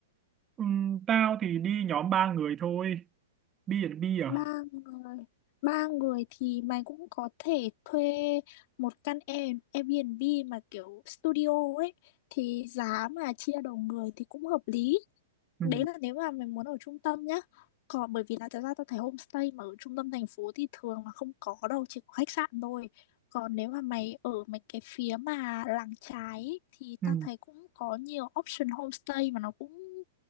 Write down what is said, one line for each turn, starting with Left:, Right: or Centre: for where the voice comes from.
Right: Ừ. Tao thì đi nhóm ba người thôi. Bi à? Bi à?
Left: ba người ba người thì mày cũng có thể thuê một căn Air- Airbnb mà kiểu studio ấy thì giá mà chia đầu người thì cũng hợp lý
Right: Ừ.
Left: đấy là nếu mà mày muốn ở trung tâm nhá còn bởi vì là thật ra tao thấy homestay mà ở trung tâm thành phố thì thường là không có đâu chỉ có khách sạn thôi còn nếu mà mày ở mấy cái phía mà làng trái ấy, thì
Right: Ừ.
Left: tao thấy cũng có nhiều option homestay mà nó cũng